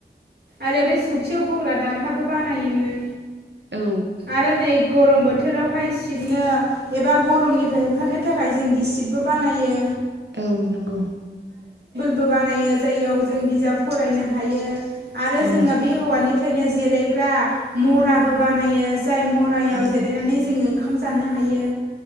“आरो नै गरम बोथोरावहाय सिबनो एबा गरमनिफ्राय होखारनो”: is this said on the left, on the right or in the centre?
Right